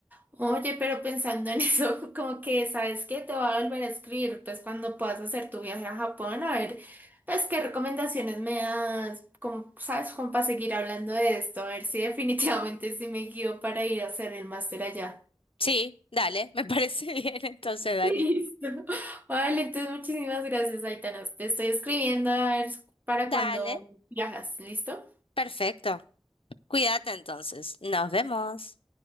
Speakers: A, on the right; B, on the left.
A: Oye, pero pensando en eso, <laughs> como que, ¿sabes qué? Te voy a volver a escribir, pues cuando puedas hacer tu viaje a Japón, a ver, pues qué recomendaciones me das, como, ¿sabes? Como para seguir hablando de esto, a ver si <laughs> definitivamente sí me guío para ir a hacer el máster allá.
B: Sí, dale, me <laughs> parece bien entonces,
A: <laughs>
B: Dani.
A: Listo. Vale, entonces muchísimas gracias, Aitana. Te estoy escribiendo a ver para
B: Dale,
A: cuando viajas, ¿listo?
B: perfecto. Cuídate entonces. Nos vemos.